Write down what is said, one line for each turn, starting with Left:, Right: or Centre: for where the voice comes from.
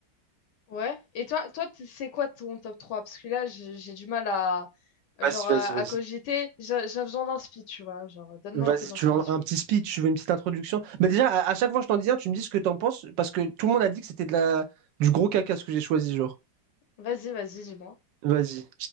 Left: ouais. Et toi, toi, t- c'est quoi ton top trois Parce que là, j'ai j'ai du mal à, genre,
Right: Vas-y,
Left: à,
Right: vas-y,
Left: à
Right: vas-y.
Left: cogiter. J'ai j'ai besoin d'inspi, tu vois. Genre, donne-moi
Right: Vas-y,
Left: un peu d'inspiration.
Right: tu veux un, un petit speech, tu veux une petite introduction. Mais déjà, à, à chaque fois que je t'en dis un, tu me dis ce que t'en penses, parce que tout le monde a dit que c'était de la, du gros caca ce que j'ai choisi, genre.
Left: Vas-y, vas-y, dis-moi.
Right: Vas-y.